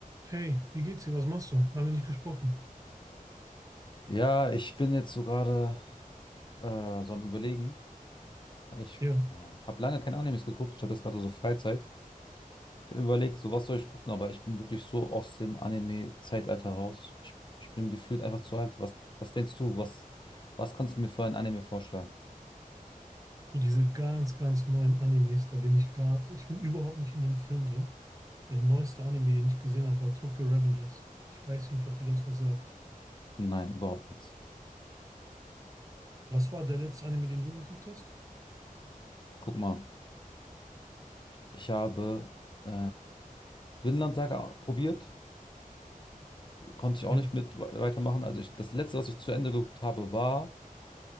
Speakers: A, on the right (about 25°); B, on the left (about 35°).
A: Hey, wie geht's dir? Was machst du? Lange nicht gesprochen.
B: Ja, ich bin jetzt so gerade äh, so am Überlegen. Ich
A: Ja,
B: äh, habe lange keine Animes geguckt. Ich habe jetzt gerade so Freizeit. Ich habe mir überlegt, so was soll ich gucken, aber ich bin wirklich so aus dem Anime-Zeitalter raus. Ich, ich bin gefühlt einfach zu alt. Was, was denkst du? Was, was kannst du mir für ein Anime vorschlagen?
A: so diese ganz, ganz neuen Animes, da bin ich gar, ich bin überhaupt nicht in dem Film drin. Der neueste Anime, den ich gesehen habe, war Tokyo Revengers. Ich weiß nicht, ob dir das was sagt.
B: Nein, überhaupt nichts.
A: Was war der letzte Anime, den du geguckt hast?
B: Guck mal, ich habe äh, Vinland Saga probiert. Konnte ich auch
A: Ja,
B: nicht mit we- weitermachen. Also ich, das letzte, was ich zu Ende geguckt habe, war